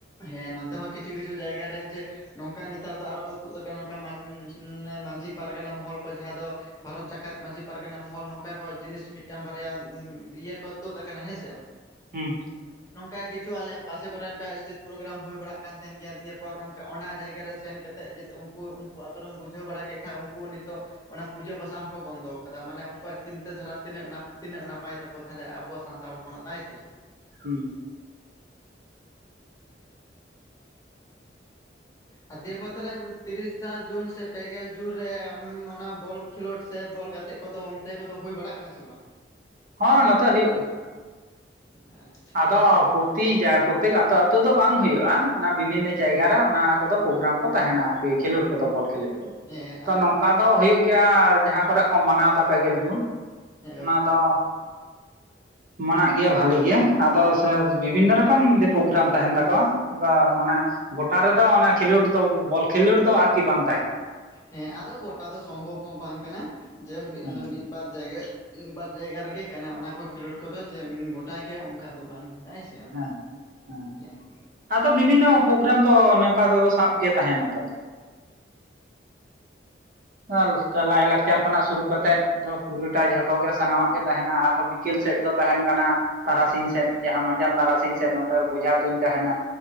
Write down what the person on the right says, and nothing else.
ᱦᱩᱸ᱾
ᱦᱩᱸ᱾
ᱦᱚᱸ, ᱱᱚᱛᱮ ᱦᱳᱭᱳᱜ ᱜᱮᱭᱟ᱾
ᱟᱫᱚ ᱯᱨᱚᱛᱤ ᱡᱟ ᱯᱨᱚᱛᱛᱮᱠ ᱟᱹᱛᱚ ᱟᱹᱛᱳ ᱫᱚ ᱵᱟᱝ ᱦᱳᱭᱳᱜᱼᱟ, ᱚᱱᱟ ᱵᱤᱵᱷᱤᱱᱱᱚ
ᱡᱟᱭᱜᱟ ᱨᱮ ᱚᱱᱟ ᱠᱚᱫᱚ ᱯᱳᱜᱨᱟᱢ ᱠᱚ ᱛᱟᱦᱮᱱᱟ ᱟᱨᱠᱤ ᱠᱷᱮᱞᱳᱰ ᱠᱚᱫᱚ ᱵᱚᱞ ᱠᱷᱮᱞᱳᱰ ᱠᱚᱫᱚ,
ᱛᱚ
ᱱᱚᱝᱠᱟ ᱫᱚ ᱦᱳᱭᱳᱜ ᱜᱮᱭᱟ ᱡᱟᱦᱟᱸ ᱠᱚᱨᱮᱜ ᱠᱚ ᱢᱟᱱᱟᱣᱫᱟ ᱯᱮᱜᱮᱞ ᱡᱩᱱ,
ᱚᱱᱟ
ᱫᱚ ᱢᱟᱱᱟᱜ ᱜᱮᱭᱟ ᱵᱷᱟᱞᱮ ᱜᱮ᱾ ᱟᱫᱚ ᱥᱮᱥ ᱵᱤᱵᱷᱤᱱᱱᱚ ᱨᱚᱠᱚᱢ ᱫᱤᱭᱮ ᱯᱳᱜᱨᱟᱢ ᱛᱟᱦᱮᱱ ᱛᱟᱠᱚᱣᱟ, ᱡᱟ ᱢᱟᱱᱮ ᱜᱚᱴᱟ ᱨᱮᱫᱚ ᱚᱱᱟ ᱠᱷᱮᱞᱳᱰ ᱫᱚ ᱵᱚᱞ ᱠᱷᱮᱞᱳᱰ ᱫᱚ ᱟᱨᱠᱤ ᱵᱟᱝ ᱛᱟᱦᱮᱱᱟ᱾
ᱦᱮᱸ
ᱦᱮᱸ ᱦᱮᱸ
ᱟᱫᱚ ᱵᱤᱵᱷᱤᱱᱱᱚ ᱯᱳᱜᱨᱟᱢ ᱛᱚ ᱱᱚᱝᱠᱟ ᱫᱚᱫᱚ ᱥᱟᱵ ᱜᱮ ᱛᱟᱦᱮᱱᱟ ᱛᱚ᱾ ᱧᱮᱞ ᱛᱚ ᱞᱟᱭᱼᱞᱟᱠᱪᱟᱨ ᱠᱷᱚᱱᱟᱜ ᱥᱩᱨᱩ ᱠᱟᱛᱮᱫ᱾ ᱫᱚ ᱯᱩᱨᱟᱹᱴᱟ ᱡᱷᱚᱛᱚ ᱜᱮ ᱥᱟᱱᱟᱢᱟᱜ ᱜᱮ ᱛᱟᱦᱮᱱᱟ ᱟᱨᱦᱚᱸ ᱵᱤᱠᱮᱞ ᱥᱮᱜ ᱫᱚ ᱛᱟᱦᱮᱱ ᱠᱟᱱᱟ᱾ ᱛᱟᱨᱟᱥᱤᱧ ᱥᱮᱱ ᱡᱟᱦᱟᱸ ᱢᱟᱸᱡᱟᱱ ᱛᱟᱨᱟᱥᱤᱧ ᱥᱮᱫ ᱱᱚᱛᱮ ᱨᱮ ᱵᱚᱡᱷᱟ ᱛᱩᱧ ᱛᱟᱦᱮᱸᱱᱟ᱾